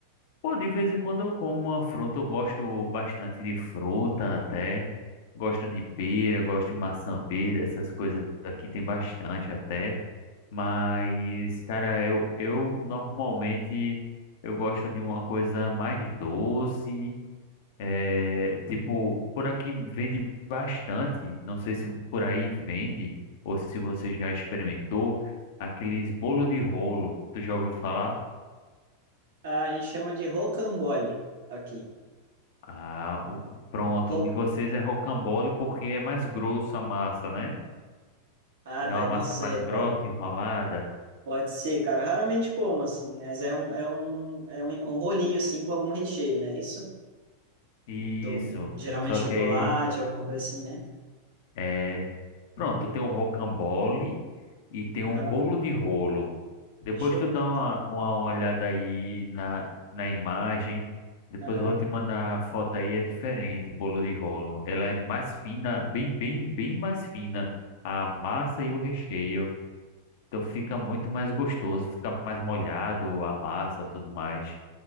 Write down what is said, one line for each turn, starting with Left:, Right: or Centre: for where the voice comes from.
Left: Pô, de vez em quando eu como uma fruta, eu gosto bastante de fruta até. Gosto de pera, gosto de maçã verde, essas coisas aqui tem bastante até. Mas, cara, eu, eu normalmente eu gosto de uma coisa mais doce. É, tipo, por aqui vende bastante. Não sei se por aí vende ou se você já experimentou aqueles bolo de rolo. Tu já ouviu falar?
Right: Ah, a gente chama de rocambole aqui.
Left: Ah, o- pronto.
Right: Ro...
Left: O de vocês é rocambole porque é mais grosso a massa, né?
Right: Ah,
Left: Não
Right: daí
Left: é uma massa
Right: não sei,
Left: mais grossa,
Right: pode,
Left: enrolada.
Right: pode ser, cara. Raramente como, assim, mas é um, é um, é um, um rolinho, assim, com algum recheio, né? Isso?
Left: Isso.
Right: Do, um, geralmente
Left: Só
Right: chocolate,
Left: que aí,
Right: alguma coisa assim, né?
Left: é...
Right: Uhum.
Left: pronto, tem o rocambole e tem
Right: Aham.
Left: o bolo de rolo. Depois
Right: Deixa eu
Left: tu
Right: ver,
Left: dá
Right: então.
Left: uma, uma olhada aí na, na imagem. Depois
Right: Aham.
Left: eu vou te mandar a foto aí, é diferente, bolo de rolo. Ela é mais fina, bem, bem, bem mais fina. A massa
Right: Hum.
Left: e o recheio. Então fica muito mais gostoso, fica mais molhado a massa, tudo mais.